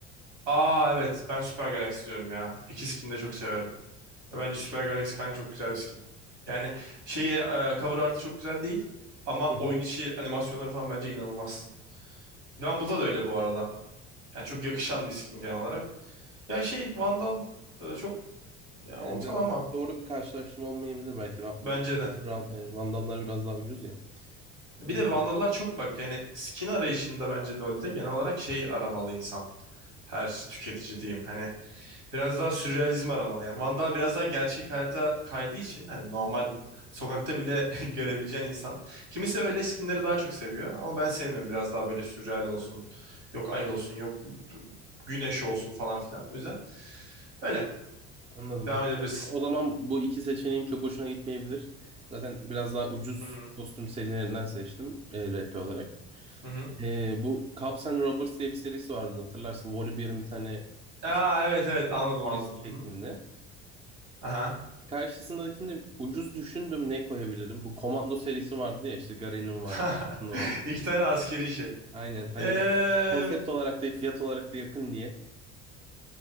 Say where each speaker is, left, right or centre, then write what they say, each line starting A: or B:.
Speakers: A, on the right; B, on the right.
A: Aa evet ben Süper Galaxy diyorum ya. İki skin de çok severim. Ve Bence Süper Galaxy Kayn çok güzel bir skin. Yani şey e, cover art'ı çok güzel değil ama
B: Hı hı.
A: oyun içi animasyonları falan bence inanılmaz. Rumble'da da öyle bu arada. Yani çok yakışan bir skin genel olarak. Ya şey Vandal e, çok ya
B: Yani
A: ortalama
B: biraz doğru bir karşılaştırma olmayabilir belki. Ra
A: bence de.
B: Ra- e, Vandallar biraz daha ucuz ya.
A: Bir
B: E,
A: de Vandal'lar çok bak yani skin arayışında bence LoL'de genel olarak şey aramalı insan. Her tüketici diyeyim. Hani Biraz daha sürrealizm aramalı yani. Vandal biraz daha gerçek hayata kaydığı için hani normal sokakta bile <laughs> görebileceğin insan. Kimisi öyle skinleri daha çok seviyor ama ben sevmiyorum. Biraz daha böyle sürreal olsun. Yok ay olsun, yok güneş olsun falan filan. O yüzden öyle
B: anladım.
A: devam edebilirsin.
B: O zaman bu iki seçeneğim çok hoşuna gitmeyebilir. Zaten biraz daha ucuz
A: Hı hı.
B: kostüm serilerinden seçtim e, RP olarak.
A: Hı hı.
B: Ee, bu Cops and Robbers diye bir serisi vardı hatırlarsın. Volibear'ın bir tane
A: Aa
B: iş-
A: evet evet anladım
B: polis
A: anladım.
B: şeklinde.
A: Hı hı. Aha.
B: Karşısındakinde ucuz düşündüm ne koyabilirim. Bu Komando serisi vardı ya işte Garen'in
A: <laughs>
B: var, Lachlan'ın var.
A: İki tane askeri şey.
B: Aynen hani
A: Ee,
B: konsept olarak da fiyat olarak da yakın diye.